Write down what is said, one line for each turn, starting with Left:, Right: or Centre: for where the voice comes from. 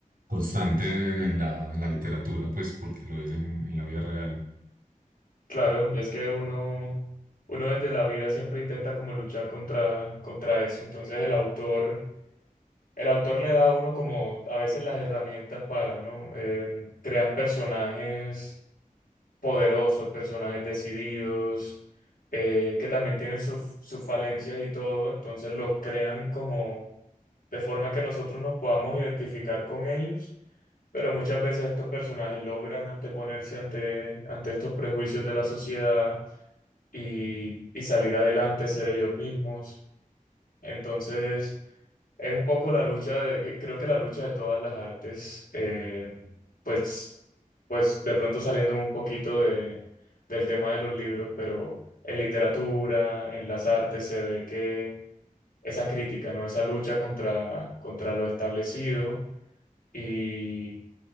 Right: constante en la, en la literatura, pues porque lo es en, en la vida real.
Left: Claro, y es que uno, uno desde la vida siempre intenta como luchar contra, contra eso. Entonces el autor, el autor le da a uno como a veces las herramientas para, ¿no? Eh, crean personajes poderosos, personajes decididos, eh, que también tienen sus, sus falencias y todo. Entonces los crean como de forma que nosotros nos podamos identificar con ellos. Pero muchas veces estos personajes logran anteponerse ante, ante estos prejuicios de la sociedad y, y salir adelante, ser ellos mismos. Entonces, es un poco la lucha de, que creo que la lucha de todas las artes, eh, pues, pues de pronto saliéndome un poquito de, del tema de los libros, pero en literatura, en las artes, se ve que esa crítica, ¿no? Esa lucha contra, contra lo establecido y,